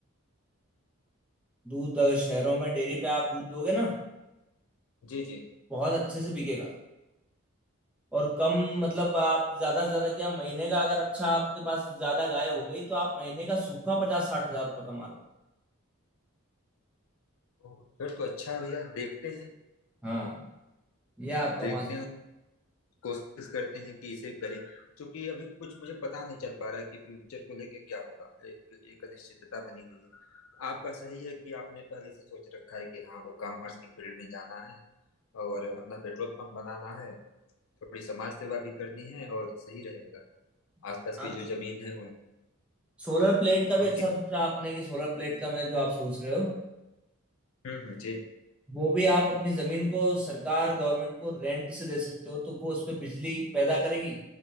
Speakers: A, in the centre; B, on the left (about 75°).
A: दूध अगर शहरों में डेयरी पे आप दूध दोगे ना
B: जी जी
A: बहुत अच्छे से बिकेगा और कम मतलब
B: ओ,
A: आप ज्यादा से ज्यादा क्या महीने का अगर अच्छा आपके पास ज्यादा गाय हो गई तो आप महीने का सूखा पचास साठ हजार रुपये कमा लोगे
B: ओ, फिर तो अच्छा है भैया देखते हैं
A: हाँ ये आप कमा
B: देखते हैं कोशिश करते हैं कि इसे करें क्योंकि अभी कुछ मुझे पता नहीं चल पा रहा है कि फ्यूचर को लेके क्या होगा एक एक अनिश्चितता बनी हुई है आपका सही है कि आपने पहले से सोच रखा है कि हाँ वो कॉमर्स की फील्ड में जाना है और अपना पेट्रोल पंप बनाना है थोड़ी समाज सेवा भी करनी है और सही रहेगा
A: सकते
B: आसपास की
A: हैं। हाँ
B: जो जमीन है उन,
A: सोलर प्लेट का भी
B: उनके
A: अच्छा सोचा आपने कि सोलर प्लेट का मैं जो आप सोच रहे हो
B: हम्म हम्म, जी
A: वो भी आप अपनी जमीन को सरकार गवर्नमेंट को रेंट से दे सकते हो तो वो उस पर बिजली पैदा करेगी